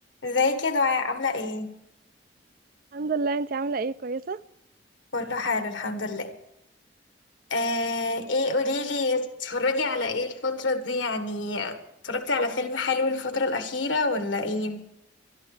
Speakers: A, on the left; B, on the right.
A: زي كده دعاء عاملة ايه؟
B: الحمد لله انتي عاملة ايه كويسة
A: كله حال الحمد لله آه ايه قوليلي اتفرجي على ايه الفترة دي يعني اتفرجتي على فيلم حلو الفترة الأخيرة ولا ايه؟